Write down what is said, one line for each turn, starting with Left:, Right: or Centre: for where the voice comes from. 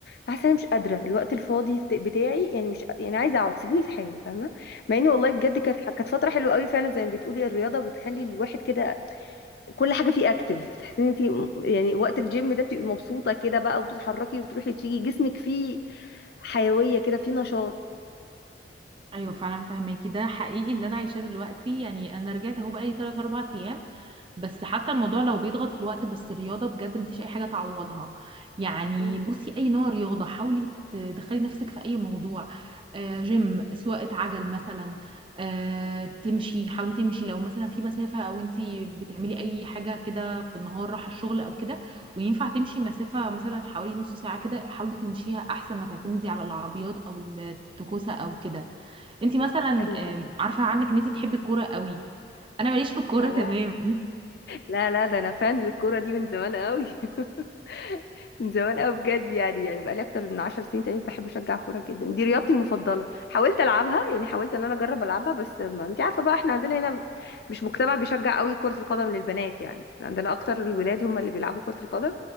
Left: فحاسة انا مش قادرة الوقت الفاضي فت- بتاعي يعني مش يعني عايزة اقعد سيبوني في حالي فاهمة مع اني والله بجد كانت كانت فترة حلوة قوي فعلا زي ما بتقولي الرياضة بتخلي الواحد كده كل حاجة فيه اكتف بتحسي ان انتي م- يعني وقت الجيم ده بتبقي مبسوطة كده بقى وبتتحركي وبتروحي تيجي جسمك فيه حيوية كده في نشاط
Right: ايوه فعلا فهماكي ده حقيقي اللي انا عايشاه دلوقتي يعني انا رجعت اهو بقالي 3 4 ايام بس حتى الموضوع لو بيضغط في الوقت بس الرياضة بجد مفيش أي حاجة تعوضها يعني
Left: مم.
Right: بصي أي نوع رياضة حاولي تدخلي نفسك في أي موضوع آه جيم سواقة عجل مثلا آه تمشي حاولي تمشي لو مثلا في مسافة أو أنتي بتعملي أي حاجة كده في النهار رايحة الشغل أو كده وينفع تمشي مسافة مثلا حوالي نص ساعة كده حاولي تمشيها أحسن ما تعتمدي على العربيات أو التكوسة أو كده أنتي مثلا
Left: ايوه
Right: آم، عارفة عنك إن أنتي بتحبي الكورة قوي أنا ماليش في الكورة
Left: اه
Right: تمام
Left: لا لا ده انا فان للكوره دي من زمان قوي <laughs> من زمان قوي بجد يعني يعني بقالي اكتر من عشر سنين تقريبا بحب اشجع كوره جدا دي رياضتي المفضله حاولت العبها يعني حاولت ان انا اجرب العبها بس ما انت عارفه بقى احنا عندنا هنا مش مجتمع بيشجع قوي كره القدم للبنات يعني احنا عندنا اكتر الولاد هم اللي بيلعبوا كره القدم